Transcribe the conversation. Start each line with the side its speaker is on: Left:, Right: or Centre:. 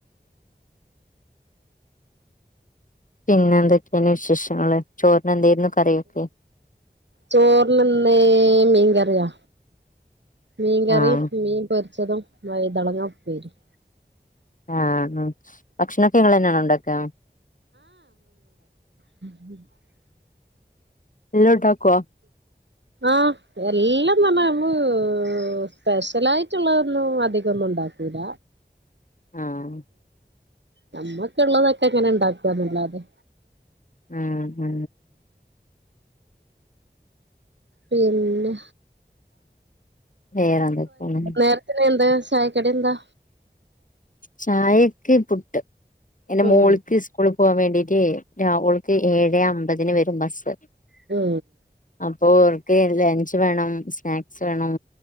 Left: പിന്നെ എന്തൊക്കെയാണ് വിശേഷങ്ങള് ചോറിന എന്തരുന്നു കറിയോക്കെ.
Right: ചോറിനിന്ന് മീൻകറിയാ. മീൻ കറിം
Left: ആഹ്
Right: മീൻ പൊരിച്ചതും വൈതനങ്ങ ഉപ്പേരും.
Left: ആഹ് ആഹ് ഭക്ഷണൊക്കെ നിങ്ങ തന്നെയണ ഉണ്ടാക്ക.
Right: ഉം
Left: എല്ലോണ്ടാക്കുവോ?
Right: ആഹ് എല്ലാം പറഞ്ഞ സ്പെഷ്യല ആായിട്ടുള്ളതൊന്നും അധികംൊന്നും ഉണ്ടാക്കൂല
Left: ആഹ
Right: നമ്മക്ക ഉള്ളതൊക്കെ എങ്ങനെ ഇണ്ടാക്കന്നല്ലാതെ
Left: ആ ആ
Right: പിന്നെ
Left: വേറെന്തൊക്കെയാണ്
Right: നേരത്തിന് എന്താ ചായ കടി എന്താ
Left: ചായക്ക് പുട്ട് എന്റെ
Right: ഉം
Left: മോളക്ക് സ്കൂളിൽ പോവാൻ വേണ്ടീട്ടേ ആ ഓൾക് ഏഴ് അമ്പതിന് വരും ബസ്
Right: ഉം
Left: അപ്പോൊ ക്കെ ലഞ്ച് വേണം സ്നാക്സ് വേണം